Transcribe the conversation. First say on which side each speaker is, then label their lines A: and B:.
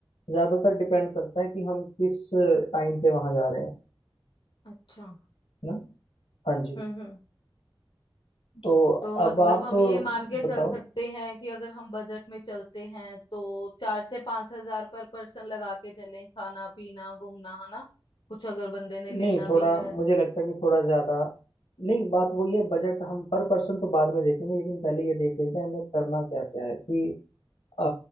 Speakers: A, on the left; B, on the left.
A: ज़्यादातर डिपेंड करता है कि हम किस टाइम पे वहाँ जा रहे हैं
B: अच्छा
A: है ना हाँ जी
B: हम्म हम्म
A: तो
B: तो मतलब
A: अब आप
B: हम ये मान के चल
A: बताओ
B: सकते हैं कि अगर हम बजट में चलते हैं तो चार से पांच हजार पर पर्सन लगा के चलें खाना पीना घूमना है ना कुछ अगर बंदे ने
A: नहीं
B: लेना
A: थोड़ा
B: भी है
A: मुझे लगता है कि थोड़ा ज्यादा नहीं बात वही है बजट हम पर पर्सन तो बाद में देखेंगे लेकिन पहले ये देख लेते हैं हमें करना क्या क्या है कि अ,